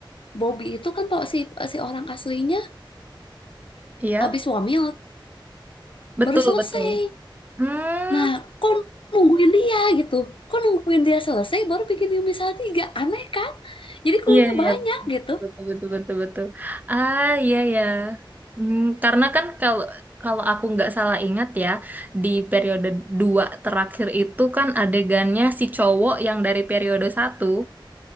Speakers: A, on the left; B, on the right.
A: Bobby itu kan pak si si orang aslinya
B: iya,
A: habis wamil
B: betul
A: baru selesai.
B: betul. Hmm,
A: Nah, kok nungguin dia gitu? Kok nungguin dia selesai baru bikin Yumi tiga Aneh kan? Jadi clue-nya
B: iya iya
A: banyak gitu.
B: betul betul betul betul. Ah iya ya. Hmm, karena kan kalau kalau aku nggak salah ingat ya, di periode dua terakhir itu kan adegannya si cowok yang dari periode satu.